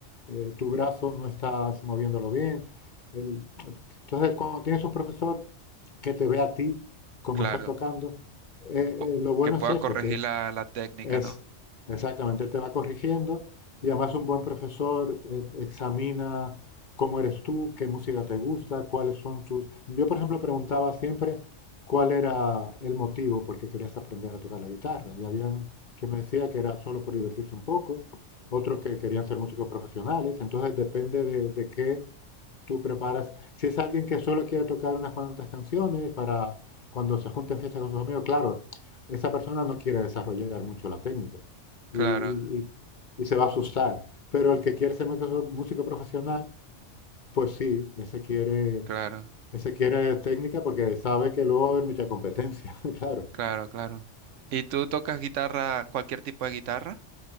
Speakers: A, on the left; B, on the right.
A: eh, tu brazo no estás moviéndolo bien. el- entonces, cuando tienes un profesor que te ve a ti como
B: claro.
A: estás tocando, eh,
B: po-
A: eh, lo bueno
B: que pueda
A: es eso,
B: corregir
A: que él
B: la, la técnica,
A: es,
B: ¿no?
A: exactamente, él te va corrigiendo y además un buen profesor eh, examina cómo eres tú, qué música te gusta, cuáles son tus... Yo, por ejemplo, preguntaba siempre cuál era el motivo por qué querías aprender a tocar la guitarra y habían quien me decía que era solo por divertirse un poco, otros que querían ser músicos profesionales, entonces depende de, de qué Tú preparas, si es alguien que solo quiere tocar unas cuantas canciones para cuando se junten fiestas con sus amigos, claro, esa persona no quiere desarrollar mucho la técnica
B: Claro,
A: y, y- y- y se va a asustar. Pero el que quiere ser músico, músico profesional, pues sí, ese quiere,
B: claro,
A: ese quiere técnica porque sabe que luego va a haber mucha competencia, <laughs> claro.
B: claro, claro. ¿Y tú tocas guitarra, cualquier tipo de guitarra?